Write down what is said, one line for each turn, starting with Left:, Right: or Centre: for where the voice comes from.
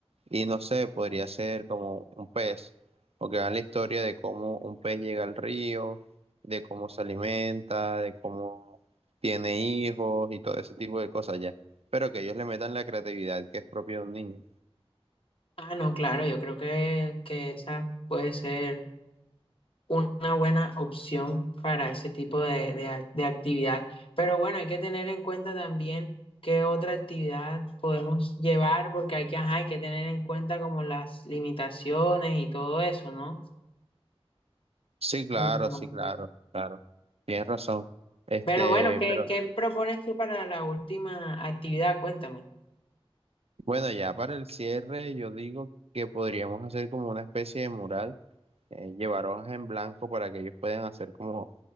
Right: y no sé, podría ser como un pez, o que hagan la historia de cómo un pez llega al río, de cómo se alimenta, de cómo tiene hijos y todo ese tipo de cosas ya. Pero que ellos le metan la creatividad que es propia de un niño.
Left: Ah, no, claro, yo creo que, que esa puede ser una buena opción para ese tipo de, de ac- de actividad. Pero bueno, hay que tener en cuenta también qué otra actividad podemos llevar, porque hay que, ajá, hay que tener en cuenta como las limitaciones y todo eso, ¿no?
Right: Sí, claro,
Left: Entonces,
Right: sí, claro, claro. Tienes razón. Este,
Left: pero bueno, ¿qué,
Right: pero
Left: qué propones tú para la última actividad? Cuéntame.
Right: Bueno, ya para el cierre, yo digo que podríamos hacer como una especie de mural, eh, llevar hojas en blanco para que ellos puedan hacer como